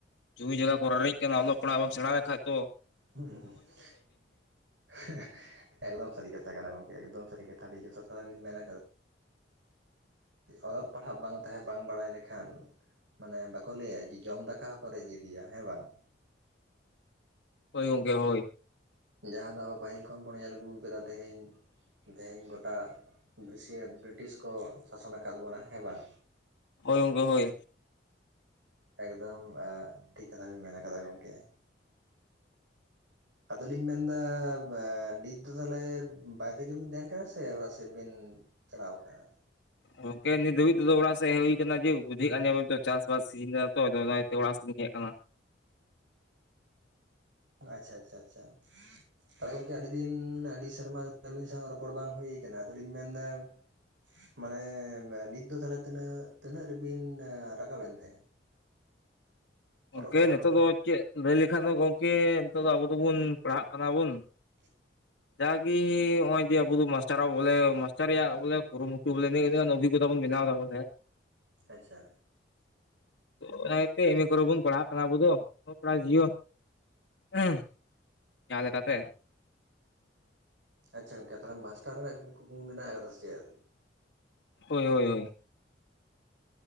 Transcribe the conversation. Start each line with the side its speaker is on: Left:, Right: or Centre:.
Left: ᱡᱩᱢᱤ ᱡᱟᱭᱜᱟ ᱠᱚ ᱨᱟᱨᱮᱡ ᱠᱟᱱᱟ, ᱚᱞᱚᱜ ᱯᱟᱲᱦᱟᱜ ᱵᱟᱢ ᱥᱮᱬᱟ ᱞᱮᱠᱷᱟᱡ ᱛᱚ᱾
Right: <inaudible> <inaudible> ᱮᱠᱫᱚᱢ ᱥᱟᱹᱨᱤ ᱠᱟᱛᱷᱟ ᱠᱟᱱᱟ ᱜᱚᱝᱠᱮ ᱮᱠᱫᱚᱢ ᱥᱟᱹᱨᱤ ᱠᱟᱛᱷᱟ ᱟᱹᱰᱤ ᱡᱚᱫᱷᱟᱛᱚ ᱠᱟᱛᱷᱟ ᱵᱤᱱ ᱢᱮᱱ ᱠᱟᱫᱟ ᱾ ᱚᱞᱚᱜ ᱯᱟᱲᱦᱟᱜ ᱵᱟᱝ ᱛᱟᱦᱮᱸ ᱵᱟᱝ ᱵᱟᱲᱟᱭ ᱞᱮᱠᱷᱟᱱ ᱾ ᱢᱟᱱᱮ ᱵᱟᱠᱚ ᱞᱟᱹᱭᱟ ᱡᱮ ᱡᱚᱢ ᱫᱟᱠᱟ ᱦᱚᱸᱠᱚ ᱨᱮᱡ ᱤᱫᱤᱭᱟ ᱦᱮᱸ ᱵᱟᱝ᱾
Left: ᱦᱳᱭ ᱜᱚᱢᱠᱮ ᱦᱳᱭ᱾
Right: ᱡᱟᱸᱦᱟᱸ ᱫᱚ ᱟᱵᱚ ᱯᱟᱹᱦᱤᱞ ᱠᱷᱚᱱ ᱵᱚᱱ ᱧᱮᱞ ᱟᱹᱜᱩ ᱠᱟᱫᱟ ᱛᱮᱦᱮᱧ᱾ ᱛᱮᱦᱮᱧ ᱜᱚᱴᱟ ᱵᱨᱤᱥᱤᱭᱟ ᱵᱨᱤᱴᱤᱥ ᱠᱚ ᱥᱟᱥᱚᱱ ᱟᱠᱟᱫ ᱵᱚᱱᱟ ᱦᱮᱸ ᱵᱟᱝ᱾
Left: ᱦᱳᱭ ᱜᱚᱢᱠᱮ ᱦᱳᱭ᱾
Right: ᱮᱠᱫᱚᱢ ᱟ ᱴᱷᱤᱠ ᱠᱟᱛᱷᱟ ᱵᱮᱱ ᱢᱮᱱ ᱠᱟᱫᱟ ᱜᱚᱝᱠᱮ ᱾ ᱟᱫᱚᱞᱤᱧ ᱢᱮᱱ ᱮᱫᱟ <inaudible> ᱱᱤᱛ ᱫᱚ ᱛᱟᱦᱚᱞᱮ ᱵᱟᱦᱨᱮ ᱨᱮᱜᱮᱵᱤᱱ ᱛᱟᱦᱮᱱ ᱠᱟᱱᱟ ᱥᱮ ᱚᱲᱟᱜ ᱥᱮᱫ ᱵᱤᱱ ᱪᱟᱞᱟᱣ ᱠᱟᱱᱟ ᱾
Left: ᱜᱚᱝᱠᱮ ᱱᱤᱛ ᱫᱷᱟᱹᱵᱤᱡ ᱛᱮᱫ ᱚᱲᱟᱜᱮᱫ ᱦᱮᱡ ᱜᱚᱢᱠᱮ ᱱᱤᱛ ᱫᱷᱟᱵᱤᱡ ᱫᱚ ᱚᱲᱟᱜ ᱥᱮᱫ ᱦᱮᱡ ᱦᱳᱭ ᱟᱠᱟᱱᱟ ᱡᱮ ᱵᱩᱡᱷᱟᱹᱜ ᱮᱫᱵᱮᱱ ᱛᱚ ᱪᱟᱥᱵᱟᱥ ᱥᱤᱡᱤᱱ ᱠᱟᱱᱟ ᱛᱚ ᱚᱱᱟᱛᱮ ᱚᱲᱟᱜ ᱥᱮᱫᱞᱤᱧ ᱦᱮᱡ ᱟᱠᱟᱱᱟ ᱾
Right: ᱟᱪᱪᱷᱟ ᱟᱪᱪᱷᱟ ᱟᱪᱪᱷᱟ ᱟᱫᱚ ᱜᱚᱝᱠᱮ ᱟᱹᱰᱤ ᱫᱤᱱ ᱟᱹᱰᱤ ᱥᱮᱨᱢᱟ ᱟᱹᱵᱤᱱ ᱥᱟᱶ ᱨᱚᱯᱚᱲ ᱵᱟᱝ ᱦᱩᱭ ᱠᱟᱱᱟ ᱟᱫᱚᱞᱤᱧ ᱢᱮᱱᱫᱟ ᱾ ᱢᱟᱱᱮ ᱱᱤᱛ ᱫᱚ ᱛᱟᱦᱞᱮ ᱛᱤᱱᱟᱹᱜ, ᱛᱤᱱᱟᱹᱜ ᱨᱮᱵᱤᱱ ᱨᱟᱠᱟᱵᱮᱱ ᱛᱮ᱾
Left: ᱜᱚᱢᱠᱮ
Right: ᱯᱟᱲᱦᱟᱜ
Left: ᱱᱤᱛᱚᱜ
Right: ᱠᱚᱫᱚ
Left: ᱫᱚ ᱪᱮᱫ ᱞᱟᱹᱭ ᱞᱮᱠᱷᱟᱱ ᱫᱚ ᱜᱚᱢᱠᱮ ᱱᱤᱛᱚᱜ ᱟᱵᱚ ᱫᱚᱵᱚᱱ ᱯᱟᱲᱦᱟᱜ ᱠᱟᱱᱟ ᱵᱚᱱ᱾
Right: <inaudible>
Left: ᱡᱟ ᱜᱤ ᱱᱚᱳᱸᱭ ᱟᱵᱚ ᱫᱚ ᱢᱟᱥᱴᱟᱨᱮᱭᱟ ᱵᱚᱞᱮ ᱢᱟᱥᱴᱟᱨ ᱨᱮᱭᱟᱜ ᱵᱚᱞᱮ ᱠᱩᱨᱩᱴᱩᱴᱩ <inaudible> ᱵᱷᱤᱜᱚᱛᱟ ᱵᱚᱱ ᱵᱮᱱᱟᱣᱫᱟ ᱵᱚᱞᱮ
Right: ᱟᱪᱪᱷᱟ
Left: <inaudible> ᱠᱚᱨᱮ ᱵᱚᱱ ᱯᱟᱲᱦᱟᱜ ᱠᱟᱱᱟ ᱟᱵᱚ ᱫᱚ, ᱚᱞᱚᱜ ᱯᱟᱲᱦᱟᱜ ᱡᱤᱭᱚᱱ <inaudible> ᱡᱟᱸᱦᱟᱸ ᱞᱮᱠᱟᱛᱮ
Right: ᱟᱪᱪᱷᱟ ᱜᱚᱝᱠᱮ ᱛᱟᱦᱚᱞᱮ ᱢᱟᱥᱴᱟᱨ ᱨᱮᱱᱟᱜ ᱠᱩᱠᱢᱩ ᱢᱮᱱᱟᱜ ᱟᱠᱟᱫᱟ ᱥᱮ ᱪᱮᱫ?
Left: ᱦᱳᱭ ᱦᱳᱭ ᱦᱳᱭ